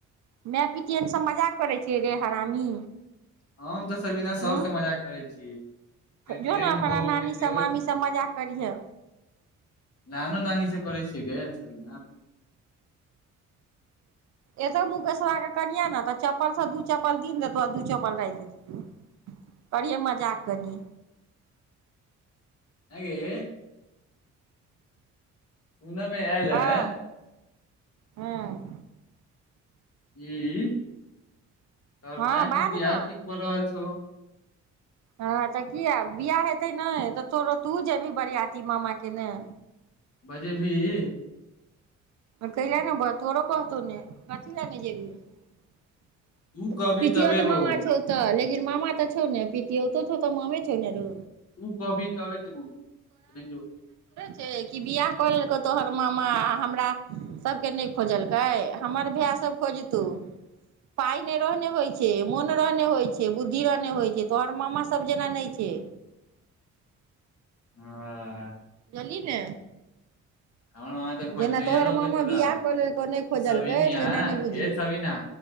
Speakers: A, on the right; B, on the left.
A: माय पीतिे ने सब मजा करै छै। रे हरामी
B: हम तऽ सब दिना
A: हूँ
B: सबसँ मजाक करै छियै पितियन
A: जो ने अपना
B: हो
A: नानी
B: पिति
A: सब मामी सब मजा करिहे
B: नानो नानी से करै छियै गे ओहिना
A: एतो मुकेशबा के कनियाँ ने तऽ चप्पल सँ दू चप्पल दिन देतौ आ दू चप्पल राति देतौ करिहे मजाक कनी
B: ऐं गे सुनय मे आयल
A: हँ
B: एय
A: हँ
B: ई तऽ
A: हँ
B: भायके
A: बाज
B: बियाह
A: ने
B: ठीक भऽ रहल छौ
A: हँ तऽ कियै बियाह हेतै ने तऽ तोरो तूहु जेबही बरियाती मामाके ने
B: बजेबहि
A: कैले ने तोड़ो कहतौ ने कथि लैल नहि जेबही
B: तू कहबी
A: पीतिओत
B: तबे
A: मामा
B: बौआ
A: छौ तऽ ले लेकिन मामा तऽ छौ ने पितिओतो छौ तऽ मामे छौ ने रौ
B: तू कहबिहि तभे जयबो नहि जेबौ
A: से कि बियाह कऽ लेलकौ तोहर मामा हमरा सभके नहि खोजलकै हमर भायसभ खोजतहु पाइ नहि रहने होइ छै मोन रहने होइ छै बुद्धि रहने होइ छै तोहर मामासभ जेना नहि छै
B: ह
A: चली ने
B: हमर मामा तऽ खोजनहिये
A: जेना तोहर
B: रहोगे
A: मामा
B: तोरा
A: बियाह कऽ लेलकौ नहि खोजलकै
B: सविनिया
A: सेना नहि बुझही
B: गे सविना